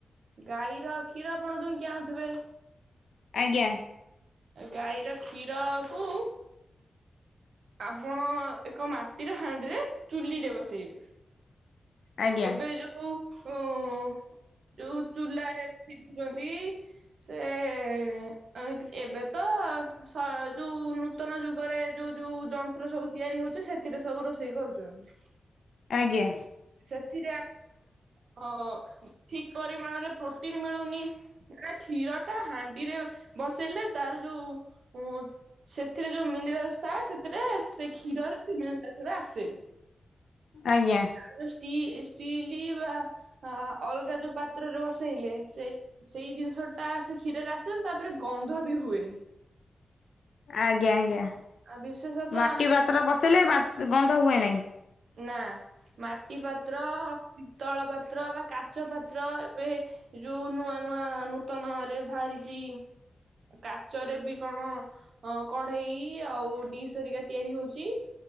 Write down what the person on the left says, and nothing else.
ଆଜ୍ଞା।
ଆଜ୍ଞା
ଆଜ୍ଞା।
ଆଜ୍ଞା।
ଆଜ୍ଞା-ଆଜ୍ଞା
ମାଟି
ପାତ୍ର ବସେଇଲେ ବାସ୍ ଗନ୍ଧ ହୁଏ ନାହିଁ?